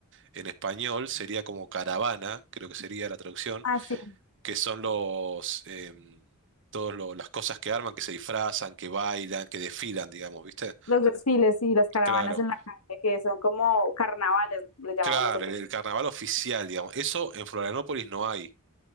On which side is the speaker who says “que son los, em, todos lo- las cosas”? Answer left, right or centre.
Right